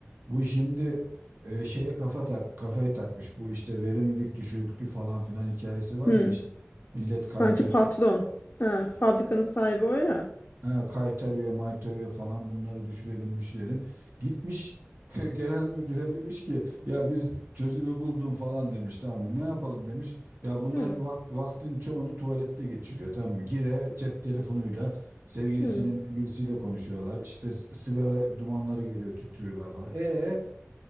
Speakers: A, on the right; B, on the left.
A: Bu şimdi e, şeye kafa tak kafayı takmış. Bu işte verimlilik düşüklüğü falan filan hikayesi var
B: Hmm.
A: ya işte millet
B: Sanki
A: kaytarıyor.
B: patron. Ha, fabrikanın sahibi o ya.
A: Ha, kaytarıyor, maytarıyor falan bunları düşürelim, müşürelim. Gitmiş <laughs> genel müdüre demiş ki ya biz çözümü buldum falan demiş tamam mı? Ne yapalım demiş. Ya bunların
B: Hmm.
A: vakti, vaktin çoğunu tuvalette geçiriyor tamam mı? Gire cep telefonuyla sevgilisiyle
B: Hmm.
A: sevgilisiyle konuşuyorlar. İşte s- sigara dumanları geliyor, tüttürüyorlar falan. E, e,